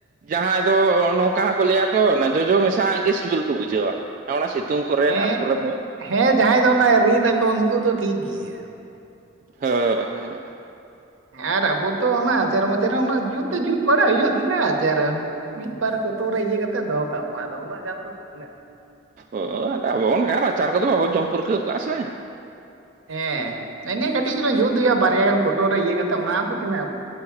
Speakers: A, on the right; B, on the right.
A: ᱡᱟᱦᱟᱸᱭ ᱫᱚ ᱱᱚᱝᱠᱟ ᱦᱚᱸᱠᱚ ᱞᱟᱹᱭᱟ ᱛᱚ᱾ ᱡᱚᱡᱚ ᱢᱮᱥᱟ ᱦᱟᱜ ᱜᱮ ᱥᱤᱵᱤᱞ ᱠᱚ ᱵᱩᱡᱷᱟᱹᱣᱟ᱾ ᱚᱱᱟ ᱥᱤᱛᱩᱝ ᱠᱚᱨᱮ
B: ᱦᱮᱸ
A: ᱟᱨ ᱠᱚᱨᱮ ᱫᱚ
B: ᱦᱮᱸ ᱡᱟᱦᱟᱸᱭ ᱫᱚ ᱚᱱᱮ ᱨᱤᱫ ᱟᱠᱚ ᱩᱱᱠᱩ ᱫᱚ ᱴᱷᱤᱠ ᱜᱮᱭᱟ᱾
A: ᱦᱳᱭ ᱦᱮᱸ
B: ᱟᱨ ᱟᱵᱚ ᱛᱚ᱾ ᱚᱱᱟ ᱟᱪᱟᱨ ᱢᱟᱪᱟᱨ ᱦᱚᱸ ᱡᱩᱛ ᱫᱚ ᱡᱩᱛ ᱵᱟᱲᱟᱭ ᱦᱩᱭᱩᱜᱼᱟ, ᱛᱤᱱᱟᱹᱜ ᱟᱪᱟᱨ ᱢᱤᱫ ᱵᱟᱨ ᱠᱚᱴᱚᱨ ᱨᱮ ᱤᱭᱟᱹ ᱠᱟᱛᱮ ᱫᱚᱦᱚ ᱠᱟᱜ ᱢᱟ᱾ ᱟᱫᱚ ᱩᱱᱟᱹᱜ ᱜᱟᱱ ᱫᱚ ᱛᱤᱱᱟᱹᱜ
A: ᱚ ᱟᱵᱚ ᱚᱱᱠᱟ ᱟᱪᱟᱨ ᱠᱚᱫᱚ ᱵᱟᱵᱚᱱ ᱡᱚᱢ ᱯᱟᱹᱨᱠᱟᱹᱣ ᱠᱚᱜᱼᱟ ᱥᱮ᱾
B: ᱦᱮᱸ ᱱᱮᱱᱤᱭᱟᱹ ᱠᱟᱹᱴᱤᱡ ᱜᱮᱞᱟᱧ ᱡᱩᱛ ᱦᱩᱭᱩᱜᱼᱟ᱾ ᱵᱟᱨᱭᱟ ᱜᱟᱱ ᱠᱚᱴᱚᱨ ᱨᱮ ᱤᱭᱟᱹ ᱠᱟᱛᱮᱫ ᱚᱱᱟ ᱫᱚ ᱛᱤᱱᱟᱹᱜ